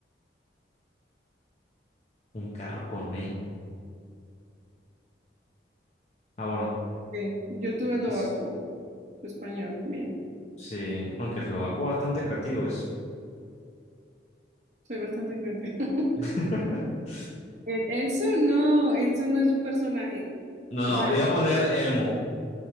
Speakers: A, on the left; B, on the right.
A: Un carro con E. Ah, bueno.
B: Sí, yo tuve eslovaco,
A: es-
B: tu español, bien,
A: Sí, aunque lo hago bastante creativo eso.
B: soy bastante creativa. <laughs>
A: <laughs>
B: El, Elso no, Elso no es un personaje,
A: No,
B: está
A: no,
B: mal.
A: iba a poner Elmo.